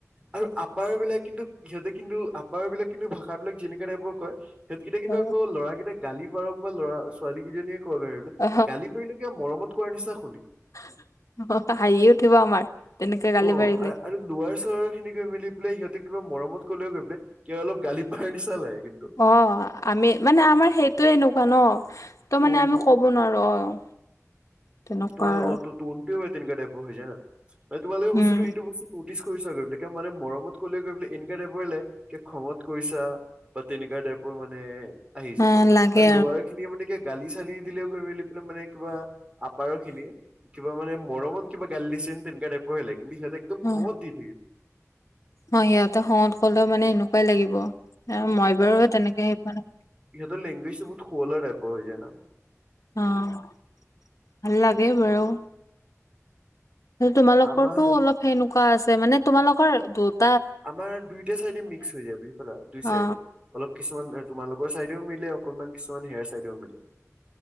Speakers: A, on the right; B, on the left.
A: আৰু আপাৰ বিলাক কিন্তু, সিহঁতে কিন্তু আপাৰ বিলাক কিন্তু ভাষাবিলাক যেনেকুৱা টাইপৰ কয় সিহঁতকেইটা কিন্তু
B: অ
A: আকৌ ল'ৰাকেইটা গালি পাৰক বা ল'ৰা-ছোৱালী কেইজনীয়ে ক'ক এই
B: অ
A: গালি পাৰিলে কিবা মৰমত কোৱাৰ নিচিনা শুনি।
B: <inaudible> বৰকে হাঁহি উঠিব আমাৰ। তেনেকে গালি
A: অ',
B: পাৰিলে
A: আ-আৰু লোৱাৰ চোৱাৰ খিনি গৈ মেলি পেলাই সিহঁতে কিবা মৰমত ক'লেও গৈ পেলাই, কিয় অলপ গালি পাৰা নিচিনা লাগে। কিন্তু
B: অ', আমি মানে আমাৰ সেইটোয়ে এনেকুৱা ন। তো
A: টোনটো
B: মানে আমি ক ক'ব নোৱাৰো অ'। তেনেকুৱা
A: ত
B: আৰু
A: অ' তনও তেনেকুৱা টাইপ হৈ যায় না, তোমালোকে
B: উম
A: বস্তুটো এইটো বস্তু নত নটিচ কৰিছা নে <unintelligible> মানে মৰমত ক'লে গৈ পেলাই এনকা টাইপৰে লাগে, কি খঙত কৈছা। বা তেনেকা টাইপৰ মানে আহি যায়,
B: অ লাগে
A: আৰু ল'ৱাৰ খিনিয়ে মানে কিবা গালি চালি দিলেও গৈ মেলি পেলাই, মানে কিবা আপাৰৰ খিনিয়ে, কিবা মানে মৰমত কিবা গালি দিচেন তেনকা টাইপৰে লাগে, কিন্তু সিহঁতে একদম খংঙত
B: অ
A: দি থাকিব।
B: অ', সিহঁতে খংঙত ক'লেও মানে এনেকুৱাই লাগিব। মই বাৰু তেনেকে হে পোৱা নাই।
A: ইহঁত লেংগুৱেজ তো বহুত শুৱলা টাইপৰ হৈ যায় না।
B: অ', ভাল লাগে বাৰু। তোমালোকৰতো
A: আমাৰ
B: অলপ সেনেকুৱা আছে, মানে তোমালোকৰ এইটোত
A: আমাৰ দুইটা চাইডে মিক্স হৈ যায় বুজি পালা, দুই
B: অ
A: চাইডে। অলপ কিছুমান তোমালোক কৰ চাইডেও মিলে, অকনমান কিছুমান হেৰ চাইডেও মিলে।